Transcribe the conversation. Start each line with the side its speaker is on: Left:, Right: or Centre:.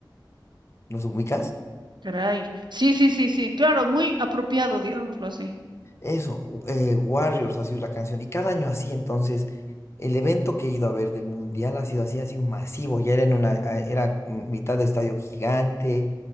Left: ¿Los ubicas?
Right: caray. Sí, sí, sí, sí. Claro, muy apropiado, digámoslo así.
Left: Eso, u- eh, Warriors ha sido la canción. Y cada año así, entonces, el evento que he ido a ver del Mundial ha sido así, ha sido masivo. Ya era en una, a- era mitad de estadio gigante.